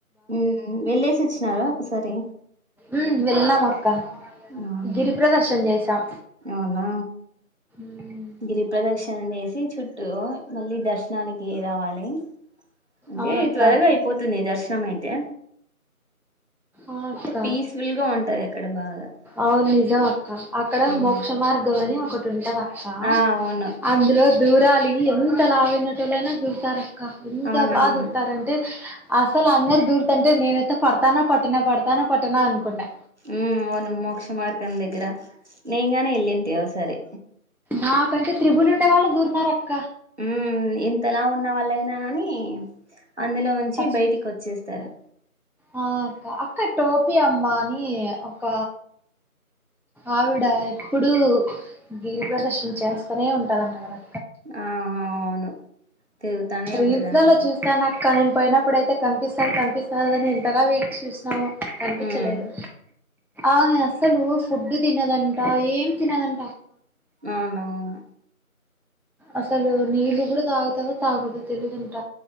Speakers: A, on the right (about 50°); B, in the centre.
A: ఉ వెళ్ళేసి ఒచ్చినార ఒకసరి
B: ఉ వెళ్నాం అక్క
A: అవును
B: గిరి ప్రదర్శన చేసాం
A: అవునా
B: మ్మ్
A: గిరి ప్రదర్శిన చేసి చుట్టూ మళ్ళీ దర్శనానికి రావాలి అదే
B: అవునక్క
A: త్వరగా అయిపోతుంది దర్శనం అయితే
B: ఆ
A: అంటే
B: అక్క
A: పీస్ఫుల్ గా ఉంటది అక్కడ బాగా
B: అవును నిజం అక్క అక్కడ
A: ఉమ్.
B: మోక్ష మార్గం అని ఒకట్ తుంటదక్కా
A: ఆ అవును
B: అందులో దూరలి ఎంత లావైనోట్టులయినా దుర్తారా కా ఎంత
A: అవునవును
B: బా దూరతారంటే అసలు అందరు దూరుతంటే నేనైతే పడతానా పట్టణ పడతాన పట్టణ అనుకున్నా
A: ఉ అవును మోక్ష మార్గం దగ్గర నేన్ గానీ వెళ్ళింటి ఒకసారి
B: నాకంటే త్రిబులు ఉండే వాళ్ళు దూర్నరక
A: మ్మ్ ఇంతలావ్ ఉన్నా వాళ్ళయినా నని అందులో ఉంచి
B: ఖచ్
A: బయటికి వచ్చేస్తారు
B: ఆ అక్క అక్క టోపి అమ్మాని ఈ ఒక ఆవిడ ఎప్పుడూ గిరి ప్రదర్శన్ చేస్తానే ఉంటదంటారు కదా
A: ఆ అవును తిరుగుతానే
B: రీల్స్లలో
A: ఉంటదంట
B: చూసాను అక్క నేన్ పోయినప్పుడు అయితే కనిపిస్తది కనిపిస్తాదని ఎంతగా వెయిట్ చూస్నామ్మో కనిపించలేదు
A: ఉమ్
B: ఆమె అసలు ఫుడ్ తినదంట ఏం తినదం
A: అవునవును
B: అసలు నీళ్లు కూడా తాగుతదో తాగదో తేలీదు అంట